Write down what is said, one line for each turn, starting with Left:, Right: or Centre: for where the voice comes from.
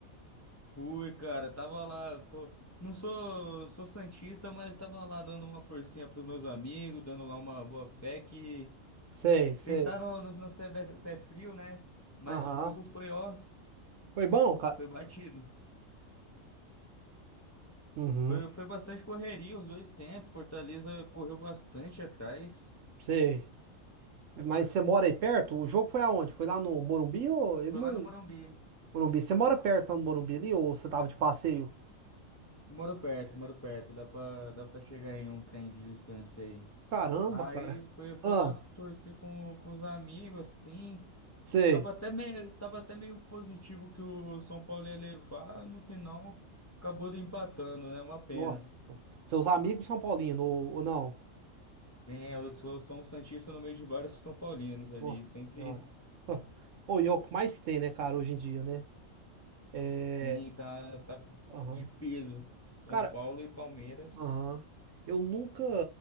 Left: Fui, cara, tava lá. co- Não sou, sou santista, mas tava lá dando uma forcinha pros meus amigos, dando lá uma boa fé que
Right: Sei, sei.
Left: tentaram no, no ser pé pé frio, né? Mas
Right: Aham.
Left: esse jogo foi, ó,
Right: Foi bom, cara?
Left: foi batido.
Right: Uhum,
Left: Foi, foi bastante correria os dois tempos. Fortaleza correu bastante atrás.
Right: sei. Mas você mora aí perto? O jogo foi aonde? Foi lá no Morumbi ou... Eu
Left: Foi
Right: não...
Left: lá no Morumbi.
Right: Morumbi. Você mora perto lá no Morumbi ali ou você tava de passeio?
Left: Moro perto, moro perto, dá pra, dá pra chegar em um trem de distância aí.
Right: Caramba,
Left: Aí
Right: cara.
Left: foi, foi
Right: Ah,
Left: lá que eu torci com, com os amigos, assim.
Right: sei.
Left: Tava até meio, tava até meio positivo que o São Paulo ia levar, no final acabou empatando, né? Uma pena.
Right: Nossa. Seus amigos são paulinos ou, ou não?
Left: Sim, eu sou, sou um santista no meio de vários São Paulinos ali,
Right: Nossa
Left: sempre.
Right: senhora. <laughs> Ou e é o que mais tem, né, cara, hoje em dia, né? É.
Left: Sim, tá, tá
Right: aham.
Left: de peso. São
Right: Cara,
Left: Paulo e Palmeiras.
Right: Aham. Eu nunca,